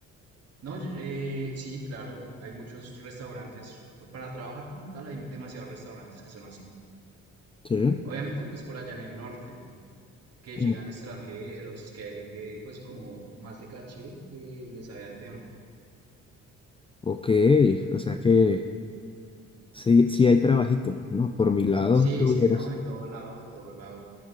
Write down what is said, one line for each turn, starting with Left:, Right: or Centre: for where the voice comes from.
Right: No, yo- eh, sí, claro, hay muchos restaurantes. p- Para trabajar como tal hay demasiados restaurantes que son así.
Left: Sí.
Right: Obviamente, pues por allá en el norte. que
Left: Mm.
Right: llegan extranjeros, que hay gente pues como más de caché que le sabe al tema.
Left: Ok, o sea que sí, sí hay trabajito, ¿no? Por mi lado
Right: Sí,
Left: tuvieras.
Right: sí, no, en todo lado, en todo lado.